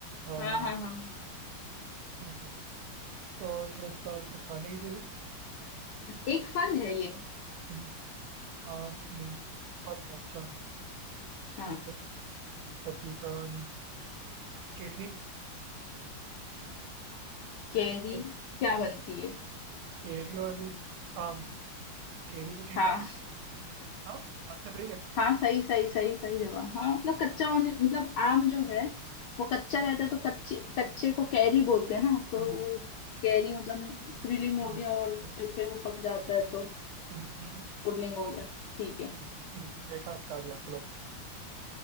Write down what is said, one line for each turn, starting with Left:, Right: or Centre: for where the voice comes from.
Right: अ,
Left: हाँ हाँ हाँ हाँ
Right: समझ गया। और वो इसका कुछ खाने की चीजें
Left: एक फल है ये
Right: हम्म, आम नहीं फल है अच्छा
Left: हाँ
Right: ठीक है पपीता नहीं केरी
Left: कैरी
Right: के-
Left: क्या बनती है
Right: केरी और आम केरी तो ठीक
Left: हाँ
Right: है हाँ बात तो सही है
Left: हाँ सही सही सही सही जवाब हाँ मतलब कच्चा
Right: हाँ
Left: होने मतलब आम जो है वो कच्चा रहता है तो कच्चे कच्चे को कैरी बोलते हैं ना तो
Right: हाँ हाँ
Left: वो कैरी मतलब स्त्रीलिंग हो
Right: हाँ
Left: गया
Right: हाँ,
Left: और
Right: हाँ,
Left: जब फिर वो पक जाता है तो
Right: हम्म, हम्म, हम्म,
Left: पुल्लिंग हो गया ठीक है
Right: हम्म, हम्म, हम्म, देखा बता दिया चलो